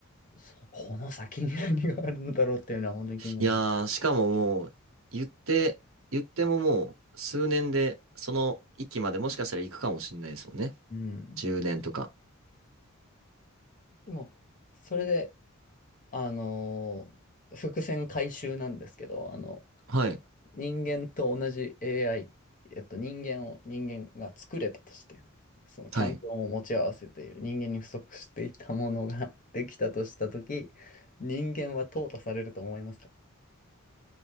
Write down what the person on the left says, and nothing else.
う、そうこの先に何があるんだろうっていうのは本当に気になるの。
うん。
でも、それで、あのー伏線回収なんですけど、あの、
人間と同じ AI、えっと、人間を人間が作れたとして、その環境を持ち合わせている人間に不足していたものが
<laughs> できたとしたとき、人間は淘汰されると思いますか